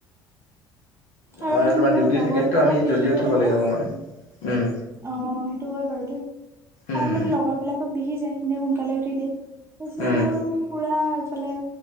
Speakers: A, on the right; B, on the left.
A: আৰু
B: আমাৰ
A: মানে
B: তোমাৰ
A: মোৰ
B: ডিউটি
A: লগৰ
B: থাকেতো
A: বিলাকক
B: আমি
A: দেখি
B: জল্দি
A: গলে
B: উঠিব
A: মানে-
B: লাগে
A: অঁ
B: অকমান। উম,
A: সেইটো হয় বাৰু, তই
B: উম,
A: আৰু মানে লগৰ বিলাকক বিহি যায় সি সোনকালে উঠি দিয়ে। তাৰপিছত
B: উম।
A: আৰু পুৰা এইফালে